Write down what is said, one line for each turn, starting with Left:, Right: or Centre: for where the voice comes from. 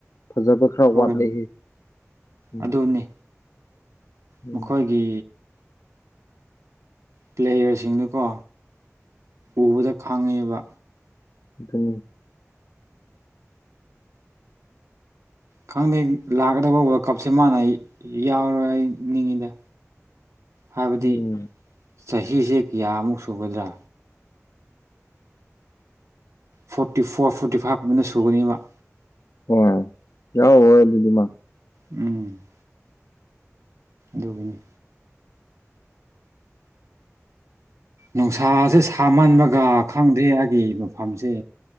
Left: ꯐꯖꯕ ꯈꯔ
Right: ꯍꯣꯏ
Left: ꯋꯥꯠꯂꯤ ꯎꯝ
Right: ꯑꯗꯨꯅꯤ
Left: ꯎꯝ
Right: ꯃꯈꯣꯏꯒꯤ ꯄ꯭ꯂꯦꯌꯔꯁꯤꯡꯗꯨꯀꯣ ꯎꯕꯗ ꯈꯪꯉꯦꯕ
Left: ꯑꯗꯨ
Right: ꯈꯪꯗꯦ ꯂꯥꯛꯀꯗꯕ ꯋꯥꯔꯜ ꯀꯞꯁꯦ ꯃꯥꯅ ꯌꯥꯎꯔꯣꯏ ꯍꯥꯏ ꯅꯤꯡꯉꯤꯗ ꯍꯥꯏꯕꯗꯤ
Left: ꯎꯝ
Right: ꯆꯍꯤꯁꯦ ꯀꯌꯥꯃꯨꯛ ꯁꯨꯒꯗ꯭ꯔꯥ ꯐꯣꯔꯇꯤ ꯐꯣꯔ ꯐꯣꯔꯇꯤ ꯐꯥꯏꯚꯀꯨꯝꯃꯤꯅ ꯁꯨꯒꯅꯦꯕ
Left: ꯑꯣ ꯌꯥꯎ ꯍꯗꯤꯃ
Right: ꯎꯝ ꯗꯣꯛꯒꯅꯤ ꯅꯨꯡꯁꯥꯁꯦ ꯁꯥꯃꯟꯕꯒ ꯈꯪꯗ꯭ꯦ ꯑꯩꯒꯤ ꯃꯐꯝꯁꯦ